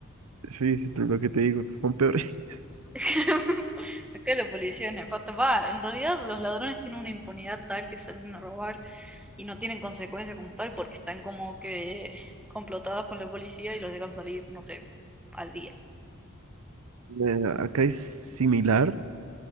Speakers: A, on the right; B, in the centre.
A: sí, es lo que te digo, son peores. <laughs>
B: <laughs> Acá la policía es nefasta. Va, en realidad los ladrones tienen una impunidad tal que salen a robar y no tienen consecuencias como tal porque están como que complotados con la policía y los dejan salir, no sé, al día.
A: Eh, acá es similar,